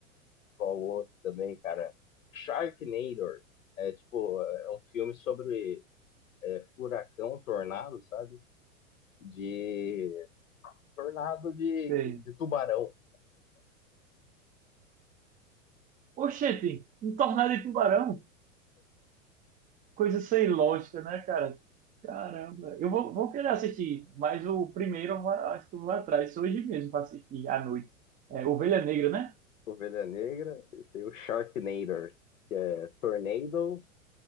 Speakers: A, on the left; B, on the right.
A: qual o outro também, cara? Sharknado. É tipo, é um filme sobre é, furacão, tornado, sabe? De tornado de,
B: Sei.
A: de tubarão.
B: Oxente, um tornado de tubarão. coisa sem lógica, né, cara? Caramba. Eu vou, vou querer assistir, mas o primeiro eu va- acho que eu vou atrás hoje mesmo para assistir à noite. É, Ovelha Negra, né?
A: Ovelha Negra, tem o Sharknado, que é Tornado